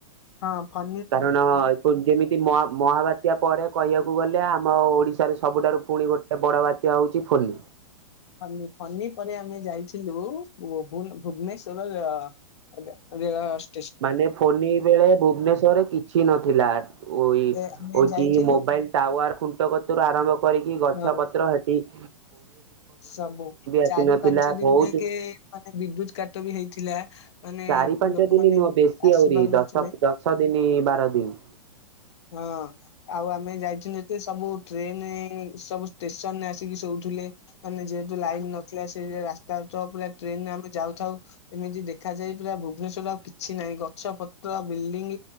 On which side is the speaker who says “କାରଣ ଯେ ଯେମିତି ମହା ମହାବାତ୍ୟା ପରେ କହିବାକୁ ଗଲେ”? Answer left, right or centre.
Right